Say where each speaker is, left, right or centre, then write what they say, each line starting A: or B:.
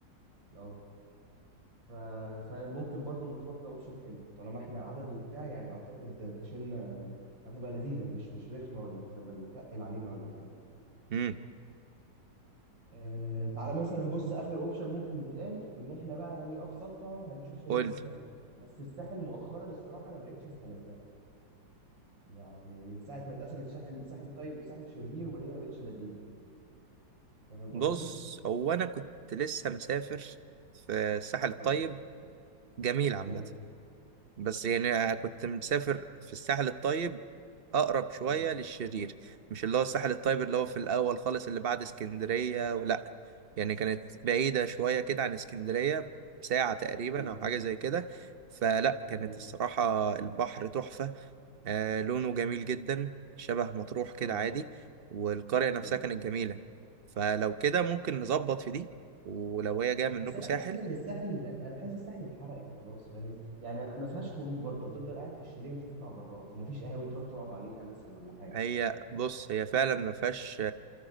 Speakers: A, on the right; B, on the right.
A: اه ف... فممكن برضه مطروح ده اوبشن حلو طالما احنا عدد وبتاع يعني اعتقد تشيلنا هتبقى لذيذه مش مش رخمه ولا ت... ولا تقل علينا ولا حاجه
B: امم
A: آه تعالى مثلا بص اخر اوبشن ممكن يتقال ان احنا بقى هي ابسطها هنشوف شاليه
B: قول
A: في الساحل بس الساحل مؤخرا الصراحه انا ما بقتش استلذها يعني من ساعه ما اتقسمت ساحل ساحل طيب وساحل شرير وهي ما بقتش لذيذه فاهم
B: بص
A: قصدي؟
B: هو انا كنت لسه مسافر في الساحل الطيب
A: اه
B: جميل
A: تمام
B: عامه بس يعني كنت مسافر في الساحل الطيب اقرب شويه
A: اه
B: للشرير مش اللي هو الساحل الطيب اللي هو في الاول خالص اللي بعد اسكندريه ولا يعني كانت بعيده شويه كده عن اسكندريه ساعه تقريبا
A: حلو
B: او حاجه زي كده فلا كانت
A: تمام
B: الصراحه البحر تحفه آه لونه جميل جدا شبه مطروح كده
A: اه
B: عادي والقرية نفسها
A: تمام
B: كانت جميلة فلو كده ممكن نظبط في دي ولو هي جاية منكم
A: بس انا
B: ساحل
A: حاسس ان الساحل انا حاسس الساحل اتحرقت خلاص فاهم يعني ما فيهاش خروج برضه هتفضل قاعد في الشاليه مش هتطلع براه ومفيش قهاوي تروح تقعد عليها مثلا ولا حاجه
B: هي بص هي فعلا ما فيهاش